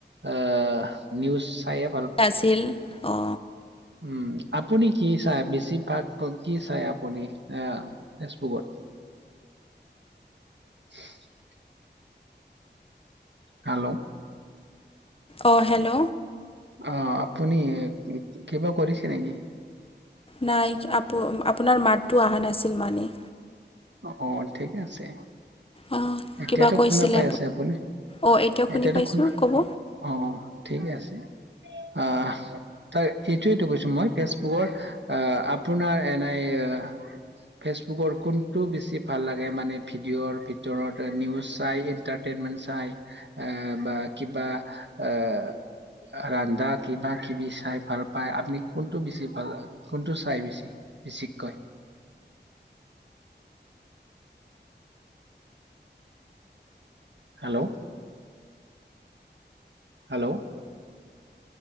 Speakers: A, on the right (about 75°); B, on the left (about 30°).
A: আ, নিউজ চাই আপ
B: আছিল অ'।
A: উম। আপুনি কি চাই বেছিভাগ কি চাই, আপুনি আহ, ফেচবুকত। <inaudible> হাল্ল'।
B: অ', হেল্ল'।
A: অ', আপুনি কিবা কৰিছে নেকি?
B: নাই। আপো, আপোনাৰ মাতটো অহা নাছিল মানে
A: অ', অ'। ঠিক আছে।
B: অ
A: এতিয়াটো
B: কিবা কৈছিলে
A: খুনা পাই আছে আপুনি।
B: অ এতিয়া শুনি
A: এতিয়াটো
B: পাইছোঁ
A: খুনা
B: ক'ব।
A: অ', ঠিকে আছে। আ', তাইৰ সেইটোয়েইটো কৈছো মই, ফেচবুকৰ আ', আপোনাৰ এনাই এ ফেচবুকৰ কোন? টো বেছি ভাল লাগে মানে ভিডিঅ'ৰ ভিতৰত নিউজ চাই এন্টাৰটেইনমেন্ট চাই আ', বা কিবা আ' ৰান্ধা কিবা কিবি চাই ভাল পাই, আপুনি কোনটো বেছি ভাল পাই? কোনটো চাই বেছি বেছিককৈ? হেল্ল'। Hello,